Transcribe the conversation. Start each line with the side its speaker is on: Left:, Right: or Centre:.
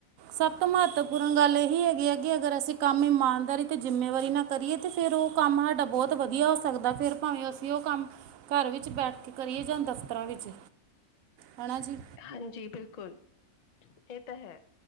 Right: ਸਭ ਤੋਂ ਮਹੱਤਵਪੂਰਨ ਗੱਲ ਇਹੀ ਹੈਗੀ ਹੈ ਕਿ ਅਗਰ ਅਸੀਂ ਕੰਮ ਇਮਾਨਦਾਰੀ ਅਤੇ ਜ਼ਿੰਮੇਵਾਰੀ ਨਾ ਕਰੀਏ ਤੇ ਫਿਰ ਉਹ ਕੰਮ ਹਾਡਾ ਬਹੁਤ ਵਧੀਆ ਹੋ ਸਕਦਾ। ਫਿਰ ਭਾਵੇਂ ਅਸੀਂ ਉਹ ਕੰਮ ਘਰ ਵਿੱਚ ਬੈਠ ਕੇ ਕਰੀਏ, ਜਾਂ ਦਫ਼ਤਰਾਂ ਵਿੱਚ। ਹੈਨਾ ਜੀ?
Left: ਹਾਂਜੀ ਬਿਲਕੁਲ, ਇਹ ਤਾਂ ਹੈ।